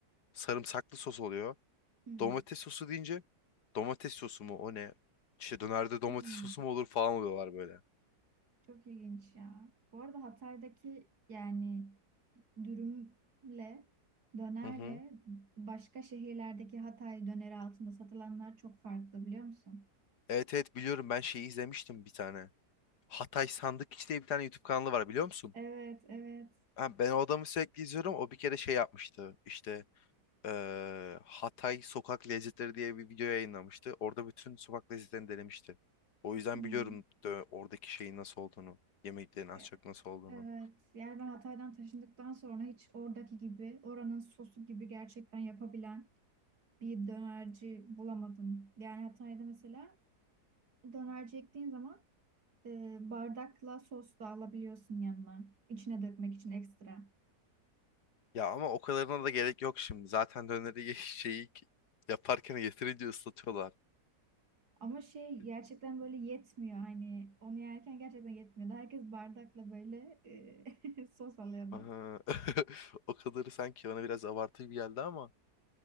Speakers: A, on the left (about 75°); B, on the right (about 70°).
A: sarımsaklı sos oluyor.
B: Hmm.
A: Domates sosu deyince domates sosu mu o ne? İşte dönerde domates
B: Hmm.
A: sosu mu olur falan oluyorlar böyle.
B: Çok ilginç ya. Bu arada Hatay'daki yani dürümle dönerle
A: Hı hı.
B: başka şehirlerdeki Hatay döneri altında satılanlar çok farklı biliyor musun?
A: Evet evet biliyorum ben şeyi izlemiştim bir tane. Hatay Sandıkçı diye bir tane YouTube kanalı var biliyor musun?
B: Evet, evet.
A: Ha, ben o adamı sürekli izliyorum. O bir kere şey yapmıştı. İşte eee, Hatay Sokak Lezzetleri diye bir video yayınlamıştı. Orada bütün sokak lezzetlerini denemişti. O yüzden
B: Hmm.
A: biliyorum dö- oradaki şeyin nasıl olduğunu. Yemeklerin az
B: E-
A: çok nasıl olduğunu.
B: Evet. Yani ben Hatay'dan taşındıktan sonra hiç oradaki gibi, oranın sosu gibi gerçekten yapabilen bir dönerci bulamadım. Yani Hatay'da mesela dönerci ektiğin zaman e, bardakla sos da alabiliyorsun yanına. İçine dökmek için ekstra.
A: Ya ama o kadarına da gerek yok şimdi. Zaten döneri <laughs> şeyi yaparken yeterince ıslatıyorlar.
B: Ama şey gerçekten böyle yetmiyor hani onu yerken gerçekten yetmiyordu. Herkes bardakla böyle e, <laughs> sos alıyordu.
A: Aha. <laughs> O kadarı sanki bana biraz abartı gibi geldi ama.